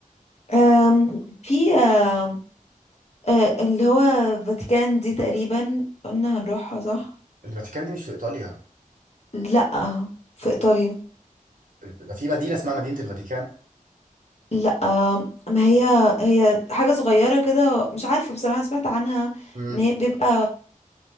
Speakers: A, on the left; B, on the right.
A: أم في أم أه، اللي هو فاتيكان دي تقريبا قلنا هنروحها صح
B: الفاتيكان دي مش في ايطاليا
A: لا في ايطاليا
B: ده في مدينه اسمها مدينه الفاتيكان
A: لا ما هي هي حاجة صغيرة كده مش عارفة بصراحة سمعت عنها
B: امم
A: ان هي بيبقى